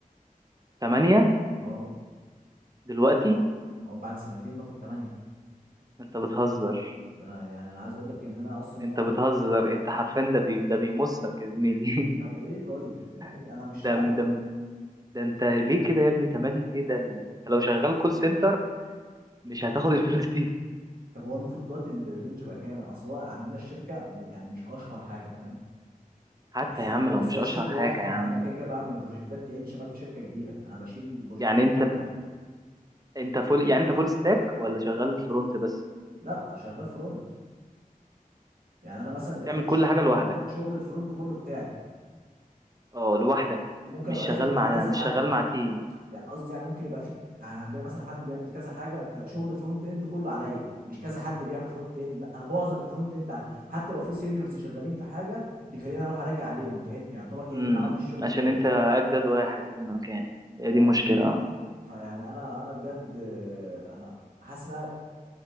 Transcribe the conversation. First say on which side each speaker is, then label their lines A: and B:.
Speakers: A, on the right; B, on the right.
A: تمانية
B: اه
A: دلوقتي
B: اه بعد سنتين باخد 8
A: انت بتهزر
B: ده انا يعني انا عايز اقول لك ان انا اصلا
A: انت
B: معظم
A: بتهزر انت حرفيا ده بي... ده بيمصك يا زميلي
B: طب ايه طيب ما ايه
A: <laughs>
B: انا مش
A: ده
B: عارف
A: ده ده انت ليه كده يا ابني تمانية ايه ده ال- انت لو شغال كول سنتر مش هتاخد الفلوس دي
B: طب هو المفروض دلوقتي ال- الرينج بقى كام اصل هو عندنا الشركه م- يعني مش اشهر حاجه فاهم
A: حتى
B: بس
A: يا عم لو
B: بس
A: مش
B: هو
A: اشهر
B: الشغل
A: حاجه
B: واحد
A: يا عم
B: يعني انا كده كده بعمل بروجكتات كاني شغال في شركه كبيره انا بشيل بروجكتات
A: يعني انت
B: كامله
A: انت فول يعني انت فول ستاك ولا شغال فرونت بس
B: لا شغال فرونت يعني انا مثلا
A: بتعمل
B: الش-
A: كل حاجه لوحدك
B: شغل الفرونت كله بتاعي
A: اه لوحدك
B: وممكن
A: مش
B: ابقى
A: شغال
B: داخل مع
A: مع
B: كذا
A: مش
B: حد
A: شغال مع تيم
B: يعني قصدي يعني ممكن يبقى فيك يعني عندنا مثلا حد بيعمل كذا حاجه فشغل الفرونت اند كله عليا مش كذا حد بيعمل فرونت اند لا انا معظم الفرونت اند على حتى لو في سينيورز شغالين في حاجه بيخليني اروح اراجع عليهم كأن يعني يعتبر كأن
A: امم
B: انا عملت الشغل
A: عشان
B: تاني
A: انت اجدد واحد في المكان هي
B: فاهم
A: دي مشكله اه
B: فيعني انا انا بجد آه، انا حاسس إن أنا-